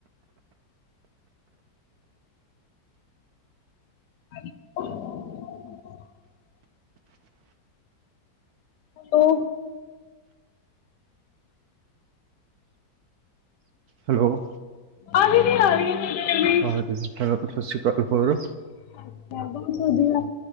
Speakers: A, on the left; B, on the right.
A: <unintelligible> hello-
B: hello-
A: ਹਵਾ ਜੀ ਨਹੀਂ ਆ ਰਹੀ ਵੀ
B: ਹਾਂਜੀ ਸਤਿ ਸ਼੍ਰੀ ਅਕਾਲ ਹੋਰ
A: <unintelligible> ਵਧੀਆ